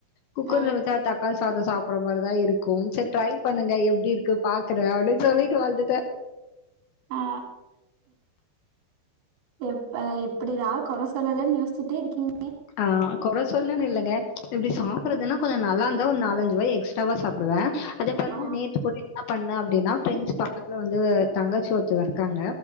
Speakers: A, on the left (about 70°); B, on the right (about 85°).
A: குக்கர்ல
B: ஆ
A: வச்சா தக்காளி சாதம் சாப்பட்ற மாரிதா இருக்கு சேரி ட்ரை பண்ணுங்க எப்டி இருக்கு பாக்ற அப்டின்னு சொல்லிட்டு வந்துட்ட
B: ஆ எப்ப எப்டிடா கொற சொல்லலானு யோசிச்சிட்டே இருக்கீங்
A: ஆ கொற சொல்னுன்னு இல்லைங்க எப்டி சாப்புட்றதுன்னா கொஞ்சோ நல்லா இருந்தா ஒரு நாலஞ்சு வாய் எக்ஸ்ட்ராவா சாப்டுவ அதே பாருங்க
B: ஆ
A: நேத்து கூட என்ன பண்ண அப்டின்னா ஃப்ரெஞ்ச் பக்கத்துல வந்து தங்கச்சி ஒருத்தவ இருக்காங்க